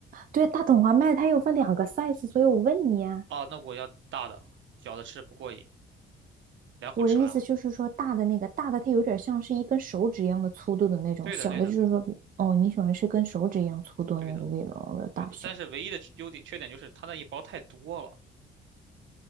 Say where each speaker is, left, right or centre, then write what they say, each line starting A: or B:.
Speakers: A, on the right; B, on the right.
A: 对，大桶华卖它有分两个 size，所以我问你呀、
B: 啊。哦，那我要大的，小的吃不过瘾。两口吃完了。
A: 我的意思就是说，大的那个大的它有点像是一根手指一样的粗度的那种，
B: 对的，
A: 小的就是说，
B: 对的，
A: 哦，你喜欢吃跟手指一样粗度的那个卫龙的大小，
B: 对的，对的。但是唯一的优点缺点就是它那一包太多了，